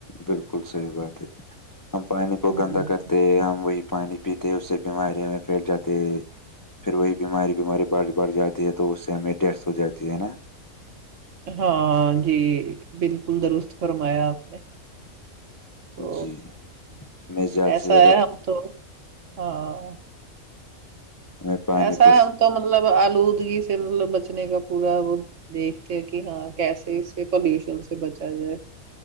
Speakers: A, on the left (about 25°); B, on the right (about 60°).
A: بالکل صحیح بات ہے ہم پانی کو
B: ہوں
A: گندا کرتے ہم وہی پانی پیتے اس سے بیماری ہم پھیل جاتے پھر وہی بیماری بیماری بڑھ بڑھ جاتی ہے تو اس سے ہمیں ڈیتھ ہو جاتی ہے نا
B: ہاں جی بالکل درست فرمایا آپ نے تو
A: جی میں زیادہ
B: ایسا
A: سے زیادہ
B: ہے ہم تو ہاں
A: میں پانی
B: ایسا
A: کو
B: ہم تو مطلب آلودودگی سے مطلب بچنے کا پورا وہ دیکھتے ہیں کہ ہاں کیسے اس سے پالوشن سے بچا جائے